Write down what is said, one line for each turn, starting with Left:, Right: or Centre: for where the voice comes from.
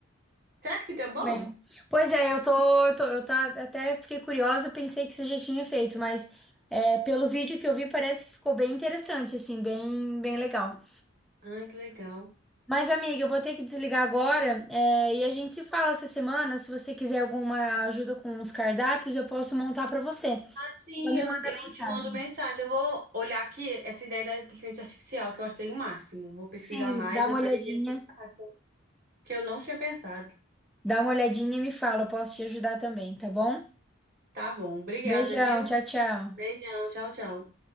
Right: Será que fica bom?
Centre: bem. Pois é, eu tô, eu tô, eu tá, até fiquei curiosa, pensei que você já tinha feito, mas é, pelo vídeo que eu vi, parece que ficou bem interessante, assim, bem, bem legal.
Right: Ah, que legal.
Centre: Mas, amiga, eu vou ter que desligar agora, é, e a gente se fala essa semana. Se você quiser alguma ajuda com os cardápios, eu posso montar para você.
Right: Sim,
Centre: Só me
Right: eu,
Centre: manda
Right: eu
Centre: mensagem.
Right: te mando mensagem. Eu vou olhar aqui essa ideia da inteligência artificial, que eu achei o máximo. Vou pesquisar
Centre: Sim,
Right: mais,
Centre: dá
Right: vou
Centre: uma olhadinha,
Right: ver o que que eles me passam, que eu não tinha pensado.
Centre: dá uma olhadinha e me fala, eu posso te ajudar também, tá bom?
Right: Tá bom, obrigada,
Centre: Beijão,
Right: viu?
Centre: tchau, tchau.
Right: Beijão, tchau, tchau.